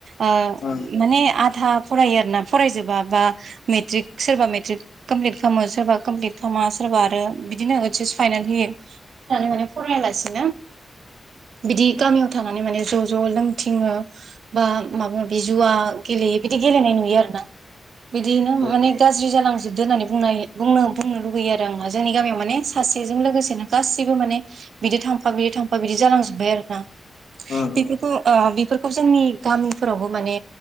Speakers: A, on the right; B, on the left.
A: ओ
B: उम
A: माने आधा फरायो आरोना फरायजोबा बा मेट्रिक सोरबा मेट्रिक कमप्लिट खालामो सोरबा कमप्लिट खालामा सोरबा आरो बिदिनो ओइस एस फाइनल होयो नानै माने फरायालासिनो बिदि गामियाव थानानै माने ज ज लोंथिङो बा माबा माबे जुवा गेले बिदि गेलेनाय नुयो आरोना बिदिनो
B: नंगौ
A: माने गाज्रि जालांजोबदो होननानै बुंनो हायो बुंनो बुंनो लुुबैयो आरो आं जोंनि गामियाव माने सासेजों लोगोसेनो गासिबो माने माने बिदि थांफा बिदि थांफा बिदि जालांजोबबाय आरोना
B: उम
A: बेफोरखौ
B: उम
A: ओ बेफोरखौ जोंनि गामिफोरावबो माने